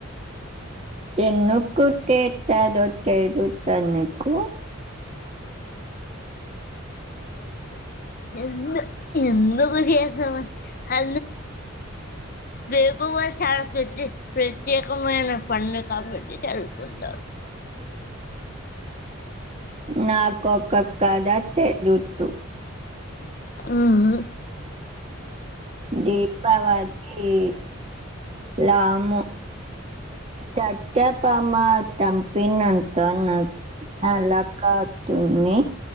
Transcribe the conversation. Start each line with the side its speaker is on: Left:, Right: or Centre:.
Right: ఎకు తెతదో తెదు తన్నకు.
Left: ఎందు ఎందుకు చేసావ్. అ వేగవ చాల ప్రతే ప్రత్యేకమైన పం. కాబడి చాలకు ఉంట.
Right: నాకు అక్కక్కద అ తె రఋతు.
Left: ఉమ్.
Right: దీపావ ళి లాము తచ్చప్ప అమ్మ తంపినఅన్ తోన్న అలక్కతుని